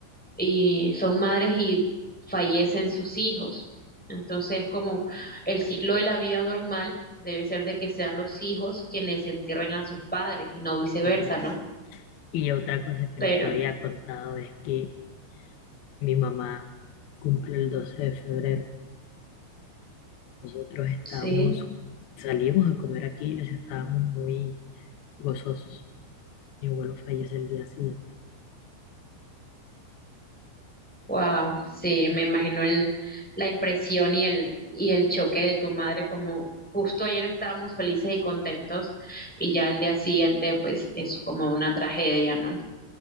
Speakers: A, in the centre; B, on the left.
A: y son madres y fallecen sus hijos. Entonces, como el ciclo de la vida normal debe ser de que sean los hijos quienes entierren a sus padres y no viceversa,
B: Y es.
A: ¿no?
B: Y otra cosa que
A: Pero
B: no te había contado es que mi mamá cumple el 12 de febrero. Nosotros estábamos,
A: sí,
B: salimos a comer aquí y les estábamos muy gozosos. Mi abuelo fallece el día siguiente.
A: wow, sí, me imagino el, la impresión y el, y el choque de tu madre como justo ayer estábamos felices y contentos y ya el día siguiente pues es como una tragedia, ¿no?